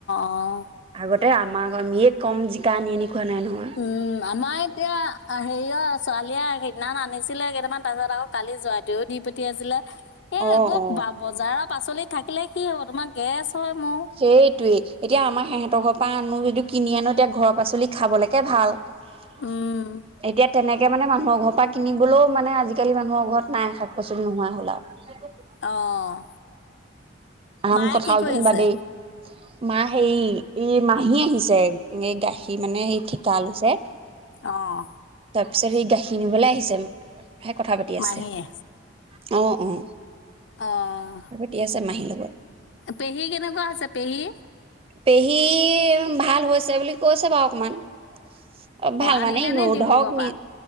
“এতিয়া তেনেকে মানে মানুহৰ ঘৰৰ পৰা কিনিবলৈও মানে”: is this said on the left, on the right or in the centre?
Right